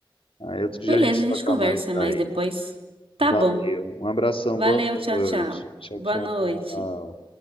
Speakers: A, on the left; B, on the right.
A: Aí outro dia
B: Beleza,
A: a gente
B: a
A: toca
B: gente conversa
A: mais daí.
B: mais depois. Tá
A: Valeu.
B: bom.
A: Um abração,
B: Valeu,
A: boa noite.
B: tchau, tchau.
A: Tchau,
B: Boa
A: tchau.
B: noite.